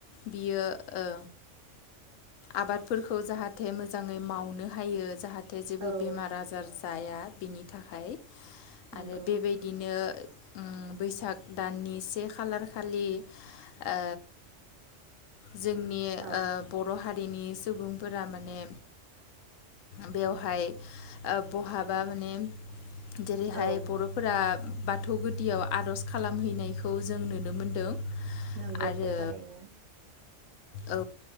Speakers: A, on the left; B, on the right.
A: बियो ओ आबादफोरखौ जाहाथे मोजाङै मावनो हायो जाहाथे जेबो
B: औ
A: बेमार आजार जाया बिनि थाखाय
B: नंगौ
A: आरो बेबायदिनो उम बैसाग दाननि से खालार खालि ओ जोंनि ओ
B: औ
A: बर' हारि। बिनि सुबुंफोरा माने बेयावहाय ओ बहाबा माने जेरैहाय
B: औ
A: बर'फोरा बाथौ गुदियाव आर'ज खालामहैनायखौ जों नुनो मोनदों।
B: नंगौ
A: आरो
B: थारैनो।
A: औ